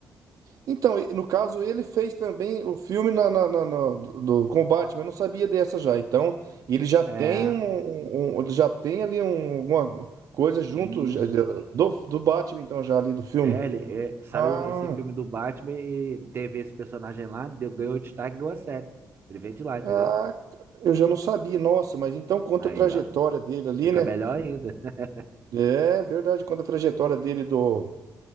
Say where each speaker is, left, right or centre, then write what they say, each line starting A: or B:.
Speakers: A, on the right; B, on the right.
A: Então, e- no caso, ele fez também o filme na, na, na- na- do, do com o Batman, eu não sabia dessa já. Então, ele já tem
B: É,
A: um, um- um- ele já tem ali um, alguma coisa junto
B: isso.
A: já- já- do, do Batman, então, já ali do filme.
B: É, ele, é, saiu
A: Ah,
B: esse filme do Batman e teve esse personagem lá, deu, ganhou destaque e ganhou a série. Ele vem de lá, entendeu?
A: ah, eu já não sabia, nossa, mas então conta
B: Aí,
A: a trajetória
B: ó.
A: dele ali,
B: Fica
A: né?
B: melhor ainda. <laughs>
A: É verdade, conta a trajetória dele do,